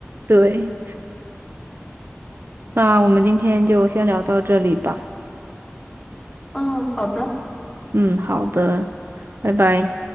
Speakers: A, on the right; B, in the centre.
A: <laughs> 对。那我们今天就先聊到这里吧。
B: 嗯，好的。
A: 嗯，好的，拜拜。